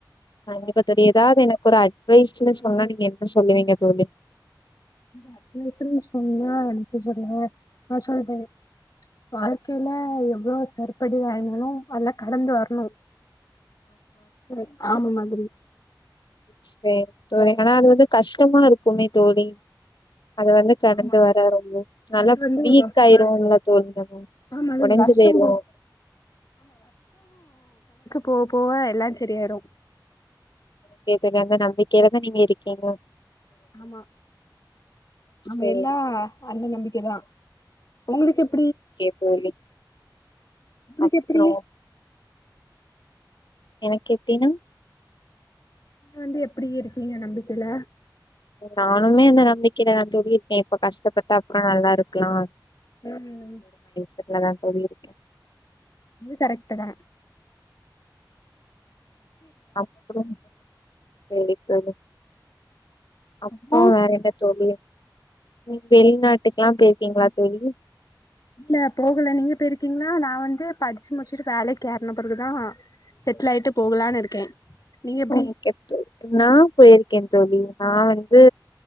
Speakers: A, on the left; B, on the left.
A: கண்டிப்பா தோழி ஏதாது எனக்கு ஒரு அட் வயசுல சொன்னா நீங்க என்ன சொல்லுவீங்க தோழி
B: அது <unintelligible> எப்டி சொன்னா அப்ப <unintelligible> நா சொல்றே வாழ்கைல
A: ஆ
B: எம் வ்ளோ செருப்படிவாங்னாலு அதல்லா கடந்து வரணு சே ஆமாமேம் சரி
A: சேரி தோழி ஆனா அது வந்து கஷ்டமா இருக்குமே தோழி அத வந்து கடந்து
B: ஆமா
A: வர ரொம்ப நல்லா
B: அது வந்து
A: வீக்
B: வ-
A: ஆயிருவோல
B: வ-
A: தோழி நம்மோ
B: ஆமா அது
A: உடஞ்சு
B: வருஷம்
A: போயிருவோ
B: போக போவ போவ எல்லா சரியாயிடு
A: கேதுகந்த நம்பிக்கைலதா நீங்க இருக்கீங்க
B: ஆமா நாம
A: சேரி
B: எல்லா அண்ண நம்பிக்கைதா உங்களுக்கு எப்
A: சே தோழி
B: இதுக்கு
A: அப்றோ
B: எப்பிடி
A: எனக்கு எப்பிடினா
B: அது எப்பிடி இருக்கீங்க நம்பிக்கையில
A: நானுமே அந்த நம்பிக்கையிலதா தோழி இருக்கே இப்ப கஷ்டப்பட்டா அப்புறோ நல்லா இருக்கலா
B: ம்ம்
A: ட்டுலதா தோழி இருக்கே
B: அது கரெக்ட்டுதா
A: அப்புறோ சேரி தோழி அப்புறோ
B: அப்போ
A: வேற என்ன தோழி ம் வெளிநாட்டுக்குல்லா பேயிருக்கீங்களா தோழி
B: இல்ல போகல நீங்க போயிருக்கீங்கலா நா வந்து படிச்சி முடிச்சிட்டு வேலைக்கு ஏறன பிறகுதா செட்டில் ஆயிட்டு போகலான் இருக்கே நீங்க எப்டி
A: ஓகே தோழி நா போயிரு க்கே தோழி நா வந்து